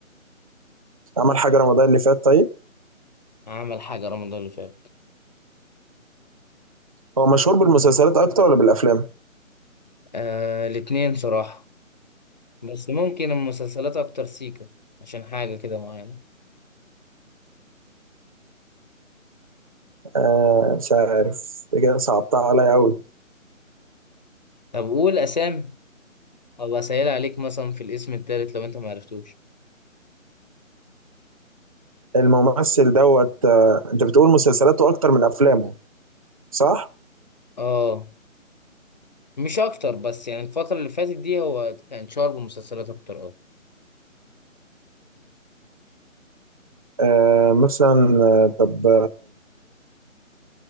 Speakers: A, on the right; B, on the left.
A: عمل حاجة رمضان اللي فات طيب
B: عمل حاجة رمضان اللي فات
A: هو مشهور بالمسلسلات اكتر ولا بالافلام
B: آه الاتنين صراحة بس ممكن المسلسلات أكتر سيكا عشان حاجة كده معينة
A: آه مش عارف ده كده صعبتها عليا قوي
B: طب قول أسامي أو أسهل عليك مثلا في الاسم التالت لو أنت معرفتوش
A: الممثل دوت آه، انت بتقول مسلسلاته اكتر من افلامه صح
B: اه مش اكتر بس يعني الفترة اللي فاتت دي هو كان شهر بمسلسلات اكتر اه
A: آه مثلا آه، طب